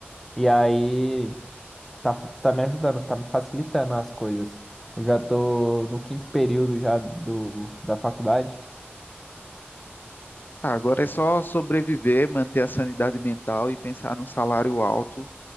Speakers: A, in the centre; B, on the left.
A: E aí, tá, tá me ajudando, tá me facilitando as coisas. Eu já tô no quinto período já do, da faculdade.
B: Ah, agora é só sobreviver, manter a sanidade mental e pensar num salário alto